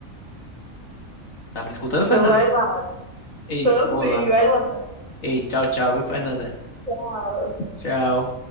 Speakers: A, on the left; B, on the right.
A: Tá me escutando, Fernanda?
B: Então vai lá.
A: Ei,
B: Então
A: vou
B: sim,
A: lá.
B: vai lá.
A: Ei, tchau, tchau, viu, Fernanda?
B: Tchau.
A: Tchau.